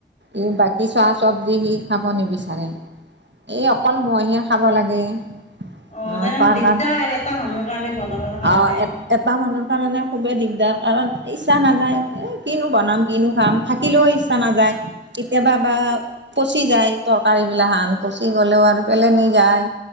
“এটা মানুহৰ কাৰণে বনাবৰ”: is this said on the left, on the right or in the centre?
Left